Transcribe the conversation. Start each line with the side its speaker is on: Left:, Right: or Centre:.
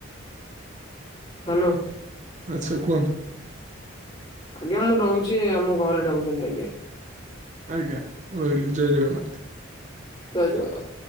Left: ହାଲୋ।
Right: ଆଚ୍ଛା କୁହନ୍ତୁ।
Left: ଆଜ୍ଞା ମୁଁ ରହୁଚି ଆମ ଘରେ ଡାକୁଚନ୍ତି ଆଜ୍ଞା।
Right: ଆଜ୍ଞା ରହିଲି ଜୟ ଜଗନ୍ନାଥ।
Left: ଜୟ ଜଗନ୍ନାଥ।